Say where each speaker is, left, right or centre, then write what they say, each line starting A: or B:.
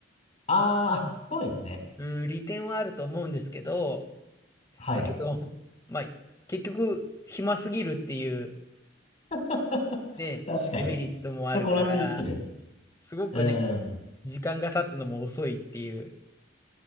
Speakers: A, on the left; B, on the left.
A: ああ、そうですね。
B: うん、利点はあると思うんですけど、
A: はい。
B: だけど、まあ、結局、暇すぎるっていう、
A: <laughs>
B: ね、
A: 確かに。
B: デメリットもあるから、
A: 人こなすぎる。
B: すごくね、
A: うん。
B: 時間が経つのも遅いっていう